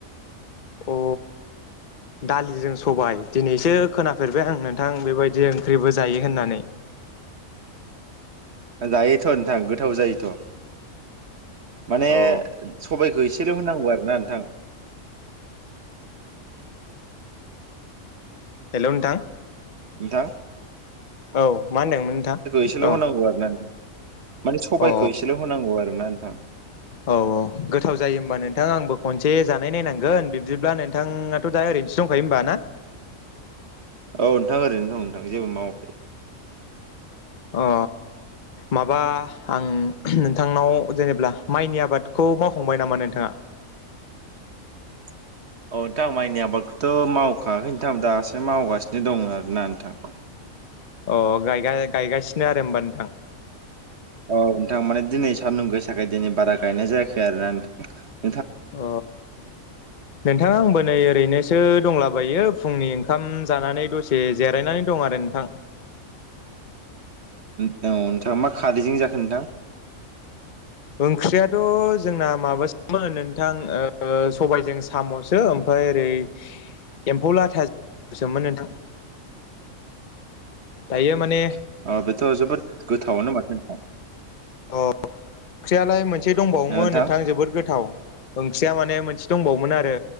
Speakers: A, on the right; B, on the left.
A: <inaudible>
B: अ दालिजों सबाय दिनैसो खोनाफेरबाय आं नोंथां बेबायदि ओंख्रिबो जायो होननानै
A: <inaudible> दायोथ' नोंथां गोथाव जायोथ' माने
B: अ
A: सबायखौ एसे ल' होनांगौ आरो ना नोंथां
B: हेलौ नोंथां
A: थां
B: औ मा होनदोंमोन नोंथां
A: एसेल'
B: औ
A: होनांगौ आरो ना नोंथां माने सबायखौ
B: अ औ
A: एसेल' होनांगौ आरो ना नोंथां
B: औ गोथाव जायो होनबा नोंथां आंबो खनसे एसे जानाय नायनांगोन बिब्दिब्ला नोंथाङाथ' दा ओरैनोसो दंखायो होमबा ना
A: औ नोंथां ओरैनो दं नोंथां जेबो मावा
B: अ माबा आं नोंथांनाव जेनेबा माइनि आबादखौ मावखांबाय नामा नोंथाङा
A: <inaudible> अ नोंथां माइनि आबादखौथ' मावखांआखै नोंथां दासो मावगासिनो दं आरोना नोंथां
B: अ गायगासिनो आरो होमबा नोंथां
A: औ नोंथां माने दिनै सानदुं गोसाखाय दिनै बारा गायनाय जायाखै आरोना नोंथां
B: अ नोंथां आंबो नै ओरैनोसो दंलाबायो फुंनि ओंखाम जानानै दसे जिरायनानै दं आरो नोंथां
A: औ नोंथाङा मा खारैजों जाखो नोंथां
B: ओंख्रियाथ' जोंना माबा नोंथां सबायजों साम'सो ओमफ्राय ओरै एम्फौ लाथाजसोमोन नोंथां
A: <inaudible>
B: दायो माने
A: अ बेथ' जोबोद गोथावनो माथो नोंथां
B: अ ओंख्रियालाय मोनसे दंबावोमोन
A: ओ
B: नोंथां
A: औ
B: जोबोद गोथाव ओंख्रिया माने मोनसे दंबावोमोन आरो